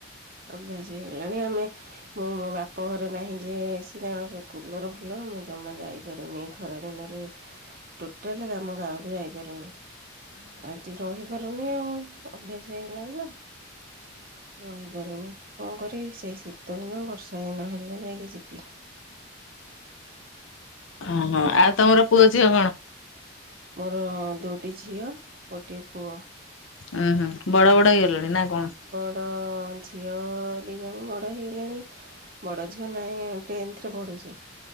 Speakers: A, on the right; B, on the left.
A: ଭ୍ୟାସ ହେଇଗଲାଣି ଆମେ ମୁଁ ମୋ ବାପ ଘରେ ନାହିଁ ଯିଏ ଆସି ତାଙ୍କ ସେ କୁଲର ଫୁଲର ମୁଁ ଜମା ଆମେ ଯାଇପାରୁନି ଖରା ଦିନରେ ଟୋଟାଲି ଆମ ଗାଁକୁ ଯାଇପାରୁନି। ଆଠି ରହିପାରୁନି ଆଉ ଅଭ୍ୟାସ ହେଇଗଲାଣି ନା ରହି ପାରୁନି କଣ କରି ସେଇ ଶୀତ ଦିନ ବର୍ଷା ଦିନ ହେଲେ ଯାଇକି ଯିବି।
B: ଓହୋ ଆଉ ତମର ପୁଅ ଝିଅ କଣ?
A: ମୋର ଦୁଇଟି ଝିଅ ଗୋଟିଏ ପୁଅ।
B: ହୁଁ ହୁଁ ବଡ ବଡ ହେଇରଣି ନା? କଣ?
A: ବଡ ମ ଝିଅ ଦି ଜଣ ବଡ ହେଇଗଲେଣି ବଡ ଝିଅ ଟେଥରେ ପଢୁଛି।